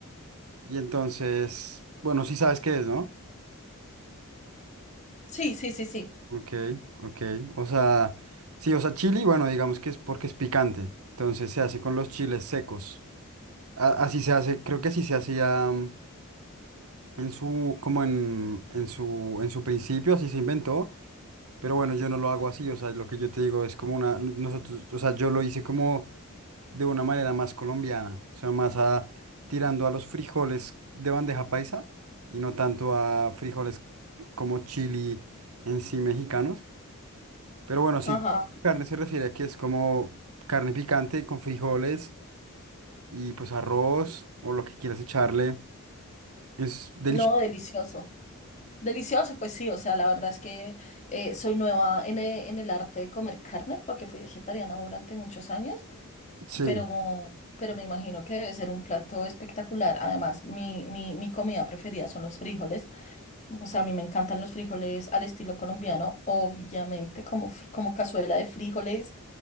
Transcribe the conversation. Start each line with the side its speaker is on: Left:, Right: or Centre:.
Right: Y entonces, bueno, sí sabes qué es, ¿no?
Left: Sí, sí, sí, sí.
Right: Ok, ok. O sea, sí, o sea, chili, bueno, digamos que es porque es picante. Entonces se hace con los chiles secos. A- Así se hace, creo que así se hacía mm, en su, como en, en su, en su principio, así se inventó, pero bueno, yo no lo hago así, o sea, lo que yo te digo es como una, nosotros, o sea, yo lo hice como de una manera más colombiana, o sea, más a, tirando a los frijoles de bandeja paisa y no tanto a frijoles como chili en sí mexicanos, pero bueno, sí,
Left: Ajá.
Right: carne se refiere a que es como carne picante con frijoles y pues arroz o lo que quieras echarle. Es delicioso.
Left: No, delicioso. Delicioso, pues sí, o sea, la verdad es que eh, soy nueva en e- en el, arte de comer carne porque fui vegetariana durante muchos años,
Right: Sí,
Left: pero, pero me imagino que debe ser un plato espectacular. Además, mi, mi, mi comida preferida son los frijoles, o sea, a mí me encantan los frijoles al estilo colombiano, obviamente, como, fr- como cazuela de frijoles.